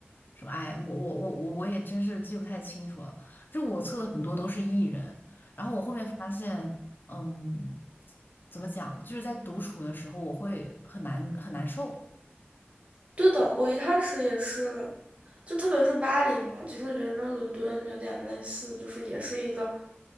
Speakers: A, on the left; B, on the right.
A: 什么，哎，我我我我我也真是记不太清楚了。就我测的很多都是 E 人，然后我后面发现，嗯，怎么讲，就是在独处的时候我会很难很难受。
B: 对的，我一开始也是，就特别是巴黎嘛，其实觉得跟伦敦有点类似，就是也是一个